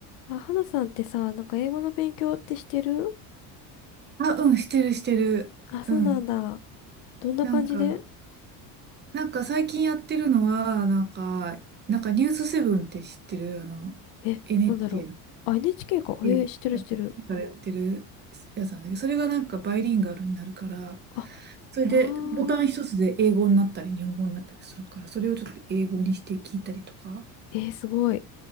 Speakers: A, on the left; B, on the right.
A: あ、花さんってさ、なんか英語の勉強ってしてる
B: あ、うん、してるしてる。
A: あ、そうなんだ。
B: うん。
A: どんな感じで
B: なんか、なんか最近やってるのは、なんか、なんかニュースセブンって知ってるあの、
A: え、
B: NHK
A: なんだろう。
B: の、
A: あ、NHK か。えー、
B: n
A: してるしてる。
B: からやってるやつなんだけど、それがなんかバイリンガルになるから、
A: あ、
B: それでボタン一つで英語になったり日本語になったりするから、
A: ああ。
B: それをちょっと英語にして聞いたりとか。
A: えー、すごい。